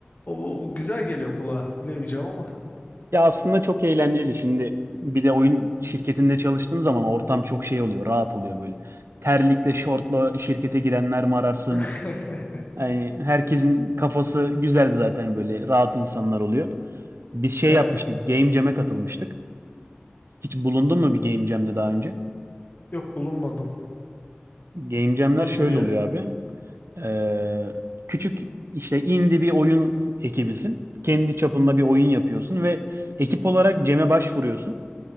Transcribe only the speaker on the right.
Ya aslında çok eğlenceli. Şimdi bir de oyun şirketinde çalıştığın zaman ortam çok şey oluyor, rahat oluyor böyle. Terlikle, şortla şirkete girenler mi ararsın?
Yani herkesin kafası güzel zaten böyle rahat insanlar oluyor. Biz şey
yapmıştık, Game Jam'e katılmıştık. Hiç bulundun mu bir Game Jam'le daha önce?
Game Jam'ler
şöyle
oluyor abi. Ee, küçük işte indie bir oyun ekibisin. Kendi çapında bir oyun yapıyorsun ve ekip olarak Cem'e başvuruyorsun.